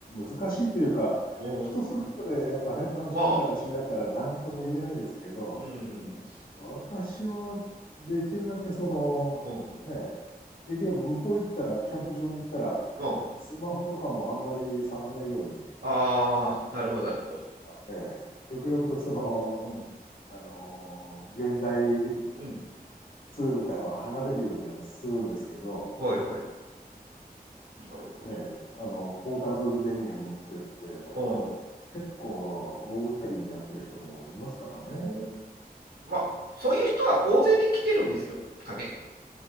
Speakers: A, on the left; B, on the right.
A: し難しいというか、
B: お、
A: 人それぞれやっぱね、
B: ま
A: 楽しみ方違うから何とも言えないですけど、
B: あ、うん。
A: 私はできるだけその、
B: うん。
A: ね、できれば向こう行ったら、キャンプ場に行ったら、
B: うん。
A: スマホとかもあんまり触んないように、
B: ああ、なるほど、なるほど。
A: ね、極力その、
B: うん。
A: あのー、現代
B: うん。
A: ツールからは離れるようにはするんですけど、
B: はいはい。なるほ
A: ね、あの、ポータブル電源持ってってとか、
B: ど。
A: 結構大掛かりにやってる人もいますからね。
B: うん。うん。まあ、そういう人は大勢で来てるんですよ、かね。